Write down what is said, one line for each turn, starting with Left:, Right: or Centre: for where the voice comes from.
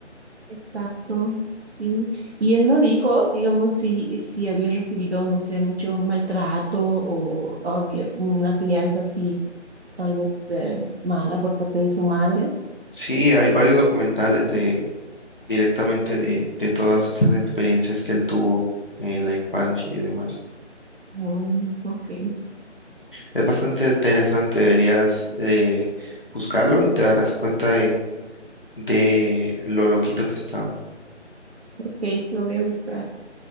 Right: exacto, sí. Y él no dijo, digamos, si, si había recibido, no sé, mucho maltrato o había una crianza así, tal vez eh, mala por parte de su madre.
Left: Sí, hay varios documentales de directamente de, de todas estas experiencias que él tuvo en la infancia y demás.
Right: Mm, ok,
Left: Es bastante interesante, deberías eh, buscarlo y te darás cuenta de, de lo loquito que estaba.
Right: ok, lo voy a buscar